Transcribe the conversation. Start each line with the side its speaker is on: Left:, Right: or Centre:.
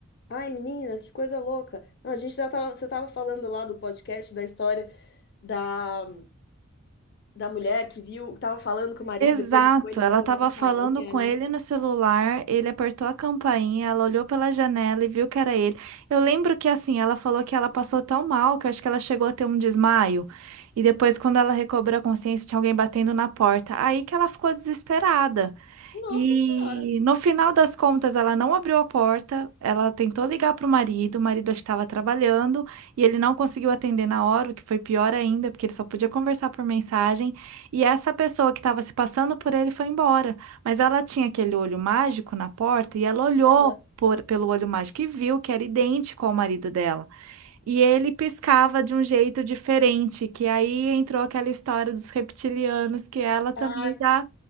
Left: Ai, menina, que coisa louca. Não, a gente já tava, você tava falando lá do podcast, da história da, da mulher que viu, tava falando com o marido,
Right: Exato,
Left: depois viu ele
Right: ela
Left: batendo
Right: estava
Left: na campainha,
Right: falando com
Left: né?
Right: ele no celular, ele apertou a campainha, ela olhou pela janela e viu que era ele. Eu lembro que assim, ela falou que ela passou tão mal que eu acho que ela chegou a ter um desmaio. E depois, quando ela recobrou a consciência, tinha alguém batendo na porta. Aí que ela ficou desesperada.
Left: Nossa
Right: E
Left: Senhora!
Right: no final das contas, ela não abriu a porta, ela tentou ligar para o marido, o marido acho que estava trabalhando, e ele não conseguiu atender na hora, o que foi pior ainda, porque ele só podia conversar por mensagem, e essa pessoa que estava se passando por ele foi embora. Mas ela tinha aquele olho mágico na porta, e ela olhou
Left: Aham.
Right: por- pelo olho mágico e viu que era idêntico ao marido dela. E ele piscava de um jeito diferente, que aí entrou aquela história dos reptilianos, que ela também
Left: Ai, sim.
Right: já,